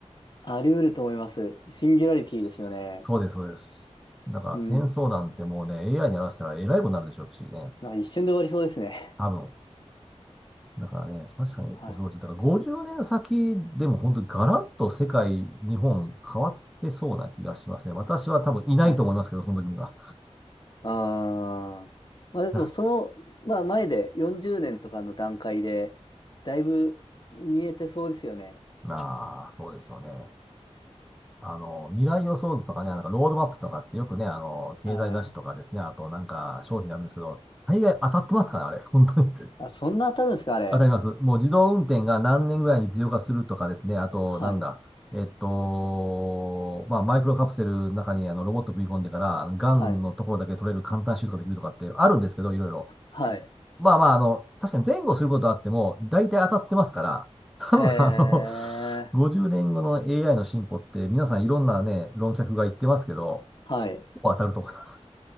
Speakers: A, on the left; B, in the centre.
A: あり得ると思います。シンギュラリティですよね。
B: そうです、そうです。だから戦争なんてもうね、
A: うん。
B: AI にやらせたらえらいことになるでしょうしね。
A: まあ、一瞬で終わりそうですね。
B: 多分。だからね、確かに恐ろしい。
A: <laughs> はい。
B: だから50年先でも本当にガラッと世界、日本変わってそうな気がしますね。私は多分いないと思いますけど、
A: はい。
B: その時には。
A: ああ。まあ、
B: <laughs>
A: でも、
B: だから
A: その、まあ、前で40年とかの段階で、だいぶ見えてそうですよね。
B: まあ、そうですよね。あの、未来予想図とかね、
A: はい。
B: なんかロードマップとかってよくね、あの、経済雑誌とかですね、
A: あ
B: あとなんか商品なんですけど、大概当たってますからね、あれ、本当に。
A: あそんな当たるんですか、あれ。
B: わかります。もう自動運転が何年ぐらいに実用化するとかですね。あと、
A: はい。
B: なんだ。えっと、まあ、マイクロカプセルの中にあのロボット組み込んでから、がんのところだけ取れる簡単手術ができるとかってあるんですけど、
A: はい。
B: いろいろ。
A: はい。
B: まあまあ、あの、確かに前後することはあっても、大体当たってますから、多分あの、
A: へー。
B: 50年後の AI の進歩って皆さんいろんなね、論客が言ってますけど、
A: はい。
B: ほぼ当たると思います。